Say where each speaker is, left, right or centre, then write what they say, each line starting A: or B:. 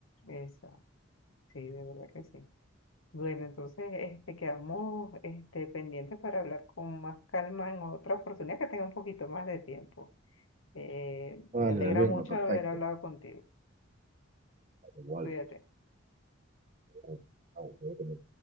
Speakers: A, on the left (about 75°); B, on the right (about 35°).
A: eso, sí, de verdad que sí. Bueno, entonces este, quedamos este, pendientes para hablar con más calma en otra oportunidad que tenga un poquito más de tiempo. Eh,
B: Vale,
A: me alegra
B: en el bien,
A: mucho
B: perfecto,
A: haber hablado contigo.
B: vale, igual.
A: Cuídate.
B: eh, ah, bueno,